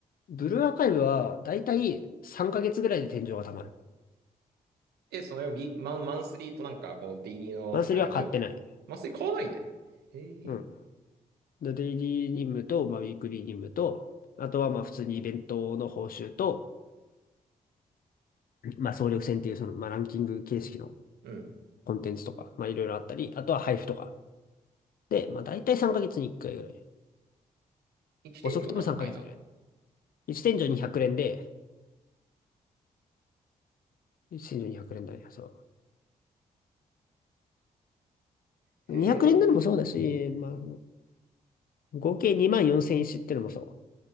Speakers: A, on the left; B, on the right.
A: ブルーアーカイブは、だいたい3ヶ月ぐらいで天井が溜まる。
B: え、そのウィマン、マンスリーとなんか、このデイリーの、
A: マンスリーは買ってない。
B: なんかちょいちょい。マンスリー買わないで。へえ。
A: うん。でデイリー任務と、まあ、ウィークリー任務と、あとはまあ普通にイベントの報酬と、まあ総力戦っていうその、まあ、ランキング形式の
B: うん。
A: コンテンツとか、まあいろいろあったり、あとは配布とか。で、まあ大体3ヶ月に1回ぐらい。
B: 一天井何回なの
A: 遅くても3ヶ月ぐらい。1天井に100連で、1天井に100連だね。そう。
B: へえ。
A: 200連ドルもそうだし、まあ、合計2万4000石ってのもそう。